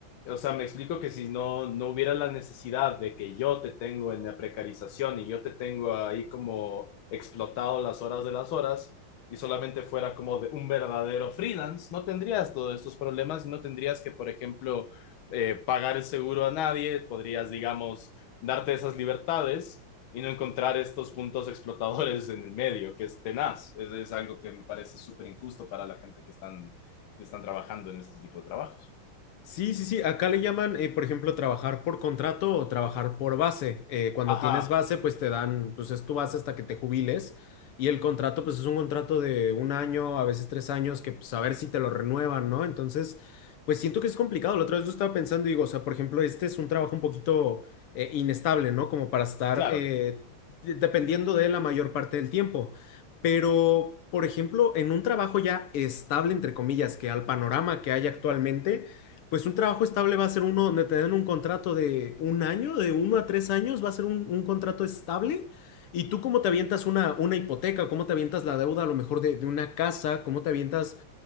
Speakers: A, on the left; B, on the left.
A: o sea, me explico que si no, no hubiera la necesidad de que yo te tengo en la precarización y yo te tengo ahí como explotado las horas de las horas y solamente fuera como de un verdadero freelance, no tendrías todos estos problemas, no tendrías que, por ejemplo, eh, pagar el seguro a nadie, podrías, digamos, darte esas libertades y no encontrar estos puntos explotadores en el medio, que es tenaz. Es, es algo que me parece súper injusto para la gente que están, que están trabajando en este tipo de trabajos.
B: Sí, sí, sí. Acá le llaman, eh, por ejemplo, trabajar por contrato o trabajar por base. Eh, cuando
A: Ajá,
B: tienes base, pues te dan, pues es tu base hasta que te jubiles. Y el contrato, pues es un contrato de un año, a veces tres años, que pues a ver si te lo renuevan, ¿no? Entonces, pues siento que es complicado. La otra vez yo estaba pensando y digo, o sea, por ejemplo, este es un trabajo un poquito eh, inestable, ¿no? Como para estar
A: Claro,
B: eh, de- dependiendo de él la mayor parte del tiempo. Pero, por ejemplo, en un trabajo ya estable, entre comillas, que al panorama que hay actualmente pues un trabajo estable va a ser uno donde te den un contrato de un año, de uno a tres años, va a ser un, un contrato estable. Y tú cómo te avientas una, una hipoteca, cómo te avientas la deuda a lo mejor de, de una casa, cómo te avientas